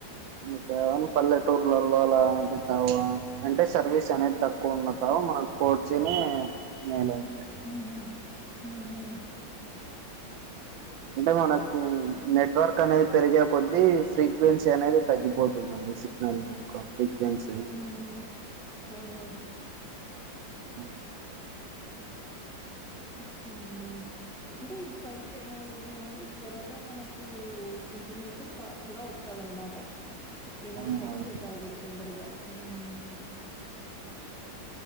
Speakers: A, on the right; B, in the centre.
A: ఇకాను పల్లె టూర్లల్లో అలా <unintelligible> అంటే సర్వీస్ అనేది తక్కువ ఉండటం మనకు ఫోర్జినే మేలండి
B: ఉహు ఉహు
A: అంటే మనకు నెట్వర్క్ అనేది పెరిగే కొద్దీ ఫ్రీక్వెన్సీ అనేది తగ్గిపోతుంది. సిగనల్ ఒక్క ఫ్రీక్వెన్స్
B: హమ్ ఆ హ
A: ఆ
B: ఓకే అండి అంటే ఈ ఫైవ్ జి టెక్నాలజీ అండి త్వరగా మనకు ఇన్ఫర్మేషన్ ఫాస్ట్ గా వస్తదనమాట ఏదైనా
A: ఆ
B: సెర్చ్ చేసా కూడా తొందరగా ఉమ్